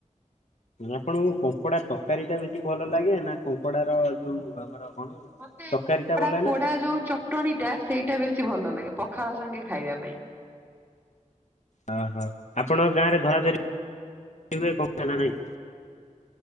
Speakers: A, on the left (about 60°); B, on the right (about 15°).
A: ଆପଣଙ୍କୁ କଙ୍କଡା ତରକାରୀ ଟା ବେଶୀ ଭଲ ଲାଗେ ନା କଙ୍କଡା ର ଯୋଉ ଆମର କଣ
B: ମତେ
A: ତରକାରୀ
B: କଙ୍କଡାପୋଡା
A: ଟା ଭଲ ଲାଗେ ନା
B: ଯୋଉ ଚଟଣୀ ଟା ସେଇଟା ବେଶୀ ଭଲ ଲାଗେ। ପଖାଳ ସାଙ୍ଗେ ଖାଇବା ପାଇଁ।
A: ଓହୋ ଆପଣଙ୍କ ଗାଁରେ ଧରା ଧରି କେବେ କରୁଚ ନା ନାହିଁ?